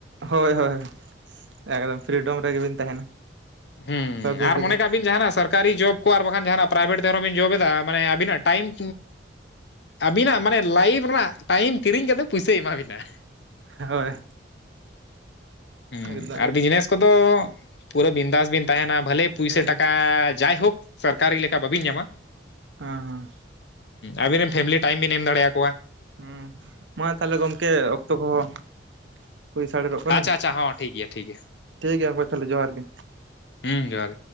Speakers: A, on the right; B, on the left.
A: ᱦᱳᱭ ᱦᱳᱭ ᱮᱠᱫᱚᱢ ᱯᱷᱨᱤᱰᱚᱢ ᱨᱮᱜᱮᱵᱤᱱ ᱛᱟᱦᱮᱱᱟ᱾
B: ᱦᱮᱸ
A: ᱥᱚᱵ ᱫᱤᱱ
B: ᱟᱨ
A: ᱨᱮᱜᱮ
B: ᱢᱚᱱᱮ ᱠᱟᱜ ᱵᱤᱱ ᱡᱟᱦᱟᱱᱟᱜ ᱥᱚᱨᱠᱟᱨᱤ ᱡᱚᱵ ᱠᱚ ᱟᱨ ᱵᱟᱠᱷᱟᱱ ᱡᱟᱦᱟᱱᱟᱜ ᱯᱨᱟᱭᱵᱷᱮᱴ ᱛᱮᱦᱚᱸ ᱵᱤᱱ ᱡᱚᱵ ᱮᱫᱟ᱾ ᱢᱟᱱᱮ ᱟᱵᱤᱱᱟᱜ ᱴᱟᱭᱤᱢᱼᱼ ᱟᱵᱤᱱᱟᱜ ᱢᱟᱱᱮ ᱞᱟᱭᱤᱯᱷ ᱨᱮᱱᱟᱜ ᱴᱟᱭᱤᱢ ᱠᱤᱨᱤᱧ ᱠᱟᱛᱮᱫ ᱯᱩᱭᱥᱟᱹᱭ ᱮᱢᱟ ᱵᱤᱱᱟ᱾
A: ᱦᱳᱭ᱾
B: ᱦᱮᱸ
A: ᱮᱠᱫᱚᱢ
B: ᱟᱨ ᱵᱤᱡᱽᱱᱮᱥ ᱠᱚᱫᱚ ᱯᱩᱨᱟᱹ ᱵᱤᱱᱫᱟᱥ ᱵᱤᱱ ᱛᱟᱦᱮᱱᱟ ᱵᱷᱟᱹᱞᱮ ᱯᱩᱭᱥᱟᱹ
A: ᱮᱠᱫᱚᱢ
B: ᱴᱟᱠᱟ ᱡᱟᱭᱦᱳᱠ ᱥᱚᱨᱠᱟᱨᱤ ᱞᱮᱠᱟ ᱵᱟᱹᱵᱤᱱ ᱧᱟᱢᱟ
A: ᱦᱮᱸ ᱦᱮᱸ
B: ᱟᱵᱤᱱ ᱨᱮᱱ ᱯᱷᱮᱢᱤᱞᱤ ᱴᱟᱭᱤᱢ ᱵᱮᱱ ᱮᱢ ᱫᱟᱲᱮᱭᱟ ᱠᱚᱣᱟ
A: ᱦᱮᱸ, ᱢᱟ ᱛᱟᱦᱚᱞᱮ ᱜᱚᱢᱠᱮ ᱚᱠᱛᱚ ᱠᱚᱦᱚᱸ ᱦᱩᱭ ᱥᱟᱲᱮᱨᱚᱜ ᱠᱟᱱᱟ
B: ᱟᱪᱪᱷᱟ ᱟᱪᱪᱷᱟ ᱦᱚᱸ ᱴᱷᱤᱠ ᱜᱮᱭᱟ ᱴᱷᱤᱠ ᱜᱮᱭᱟ
A: ᱴᱷᱤᱠ ᱜᱮᱭᱟ ᱜᱚᱝᱠᱮ ᱛᱟᱞᱚᱦᱮ ᱡᱚᱦᱟᱨ ᱜᱮ
B: ᱦᱩᱸ ᱡᱚᱦᱟᱨ ᱜᱮ